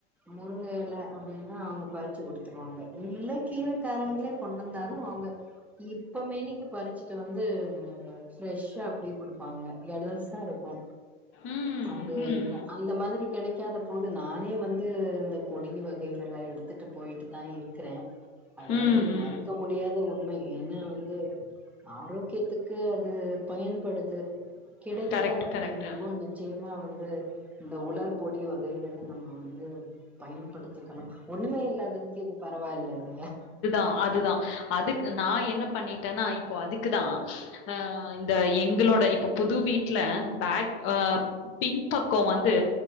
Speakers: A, in the centre; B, on the left.
A: முருங்க எல அப்டின்னா அவுங்க பறிச்சி குடுத்துருவாங்க இல்ல கீரைக்காரங்களே கொண்டு வந்தாலு அவுங்க இப்பமேனிக்கு பறிச் ட்டு வந்து ஃப்ரெஷ்ஷா அப்டியே குடுப்பாங்க எலஸா இருக்கு
B: ம்,
A: அது
B: ம்.
A: அந்த மாதிரி கெடைக்காத போது நானே வந்து இந்த பொடி வகைகள்ல்லா எடுத் பாத்துட்டு போயிட்டு தா இருக்கிற அத
B: ம்,
A: வந்து மறக்க
B: ம்.
A: முடியாத உண்ம ஏன்னா வந்து ஆரோக்கியத்துக்கு அது பயன்படுது கெடைக்கல
B: கரெக்ட்,
A: அப்டிங்க
B: கரெக்ட்.
A: நிச்சயமா வந்து இந்த உலர் பொடி வகைகள்ல நம்ம வந்து பயன்படுத்திக்கணு ஒண்ணுமே இல்லாததுக்கு இது பரவாயில்லல
B: அ அதுதா அதுக்கு நா என்ன பண்ணிட்டன்னா இப்போ அதுக்குதா ஆ இந்த எங்களோட இப்போ புது வீட்ல பேக் அ பின்பக்கோ வந்து